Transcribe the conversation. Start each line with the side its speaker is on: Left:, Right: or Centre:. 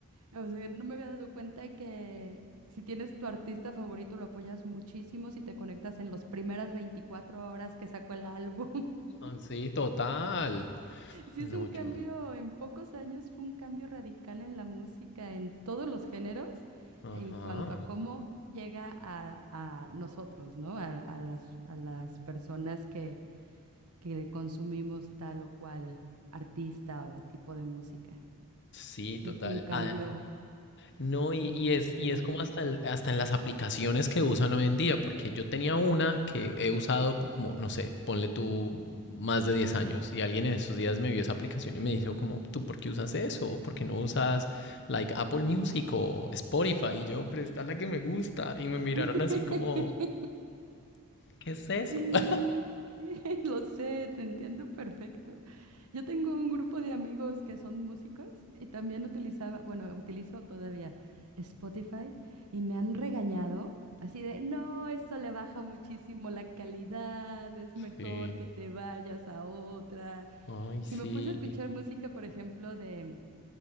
Right: O sea, no me había dado cuenta que si tienes tu artista favorito, lo apoyas muchísimo si te conectas en las primeras 24 horas que sacó el álbum.
Left: Ah, Sí, total.
Right: Sí,
Left: No,
Right: es un
Left: yo.
Right: cambio, en pocos años fue un cambio radical en la música, en todos los géneros,
Left: Ajá.
Right: en cuanto a cómo llega a, a nosotros, ¿no? A, a las, a las personas que, que consumimos tal o cual artista o tipo de música.
Left: Sí,
Right: Sí,
Left: total.
Right: fue un cambio
Left: Ah, No, y,
Right: impresionante.
Left: y es, y es como hasta, el- hasta en las aplicaciones que usan hoy en día, porque yo tenía una que he usado como, no sé, ponle tú más de 10 años, y alguien en esos días me vio esa aplicación y me dijo como, ¿tú por qué usas eso? ¿O ¿Por qué no usas like Apple Music o Spotify? Y yo, pero está la que me gusta, y me miraron
Right: <laughs>
Left: así como, ¿qué es eso?
Right: Sí,
Left: <laughs>
Right: <laughs> lo sé, te entiendo perfecto. Yo tengo un grupo de amigos que son músicos y también utilizaba, bueno, utilizo todavía Spotify y me han regañado así de, no, esto le baja muchísimo la calidad, es mejor
Left: Sí,
Right: que te vayas a otra.
Left: ay,
Right: Y me
Left: sí,
Right: puse a escuchar música, por ejemplo, de,